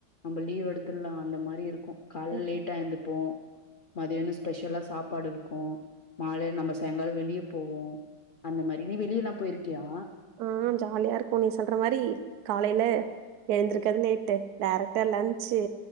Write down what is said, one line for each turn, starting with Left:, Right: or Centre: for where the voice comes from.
Left: நம்ப லீவ் எடுத்துட்லா அந்த மாரி இருக்கு கால்
Right: ம்
Left: லேட்டா எந்துர்ப்போ மதியானோ ஸ்பெஷலா சாப்பாடு இருக்கு மாலை நம்ம சாயங்கால வெளிய போவோ அந்த மாரி நீ வெளியெல்லா போய்ருக்கியா
Right: ஆ ஜாலியா இருக்கு நீ சொல்ற மாரி காலைல எழுந்திருக்கது லேட்டு் டேரக்டா லன்ச்சி